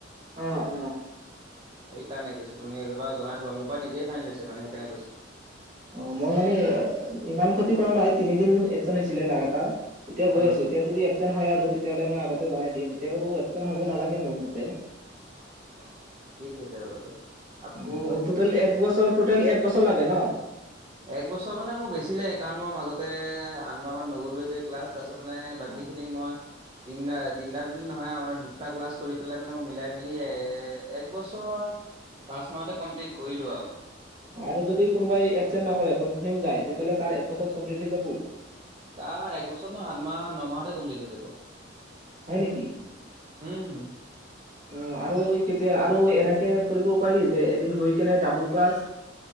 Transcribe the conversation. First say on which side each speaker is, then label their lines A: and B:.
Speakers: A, on the right; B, on the right.
A: অ' অ'।
B: সেইকাৰণে কৈছো তুমি একবাৰ জনাই থবা মোৰ পৰা নিজেই ফাইন হৈছে মানে সেইকাৰণে কৈছো।
A: অ' মই মানে ইমান ক্ষতি কৰা নাই তিনিদিন এবচেণ্ট হৈছিলে লাগাতাৰ। এতিয়া গৈ
B: অ
A: আছো এতিয়া যদি এবচেণ্ট হয় আৰু তেতিয়াহলে মই মতে জনাই দিম এতিয়া বাৰু এবচেণ্ট হব নালাগে মোৰ মতে।
B: অ'। কি কৰিছে বাবুটোয়ে আকৌ
A: অ', আৰু টোটেল এক বছৰ টোটেল এক বছৰ লাগে
B: <unintelligible>
A: ন?
B: এক বছৰ মানে মোৰ বেছি লাগে কাৰণ মই মাজতে আঠ মাহ মান নগলো যে ক্লাছ। তাৰপাছত মানে বাকী
A: অ',
B: কেইদিন মই <unintelligible> দিন ৰাত বুলি নহয় মানে দুটা ক্লাছ কৰি পেলাই মানে মিলাই মেলি এ এক বছৰ পাঁচ মাহতে কমপ্লিট কৰিলো আৰু।
A: আৰু যদি কোনোবাই এবচেন্ট নকৰে কণ্টিনিউ যায় তেতিয়াহ'লে তাৰ এক বছৰত কমপ্লিট হৈ যাব।
B: তা একবছৰ নহয় আঠ মাহ ন মাহতে কমপ্লিট হৈ যাব।
A: হয় নেকি
B: উম
A: অ' আৰু কেতিয়া আৰু এনে কৰিব পাৰি যে এদিন গৈ কেনে ডাবুল ক্লাছ।